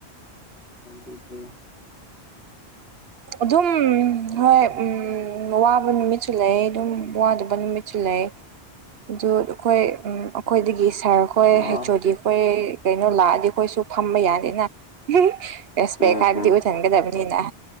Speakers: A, on the left (about 75°); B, on the right (about 70°).
A: ꯑꯗꯨꯗꯨꯗ
B: ꯑꯗꯨꯝ ꯍꯣꯏ ꯎ ꯋꯥꯕ ꯅꯨꯃꯤꯠꯁꯨ ꯂꯩ ꯑꯗꯨꯝ ꯋꯥꯗꯕ ꯅꯨꯃꯤꯠꯁꯨ ꯂꯩ ꯑꯗꯨ ꯑꯩꯈꯣꯏ ꯎ ꯑꯩꯈꯣꯏꯗꯒꯤ ꯁꯥꯔ ꯍꯣꯏ
A: ꯑꯥ
B: ꯍꯩꯆ ꯑꯣꯗꯤ ꯑꯩꯈꯣꯏ ꯀꯩꯅꯣ ꯂꯥꯛꯑꯗꯤ ꯑꯩꯈꯣꯏꯁꯨ ꯐꯝꯕ ꯌꯥꯗꯤꯅ ꯔꯦꯁꯄꯦꯛ
A: ꯎꯝ
B: ꯍꯥꯏꯔꯕꯗꯤ
A: ꯎꯝ
B: ꯑꯣꯏꯊꯟꯒꯗꯕꯅꯤꯅ